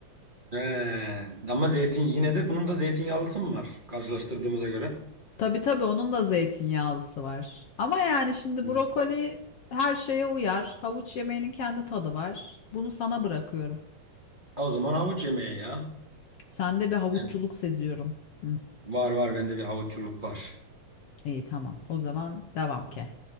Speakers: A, on the right; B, on the left.
A: He. Ama zeytin yine de bunun da zeytinyağlısı mı var karşılaştırdığımıza göre?
B: Tabii tabii onun da zeytinyağlısı var. Ama yani şimdi
A: Hı.
B: brokoli her şeye uyar. Havuç yemeğinin kendi tadı var. Bunu sana bırakıyorum.
A: O zaman havuç yemeği ya.
B: Sende bir havuççuluk
A: Yani
B: seziyorum. Hı.
A: var var bende bir havuççuluk var.
B: İyi tamam. O zaman devam ke.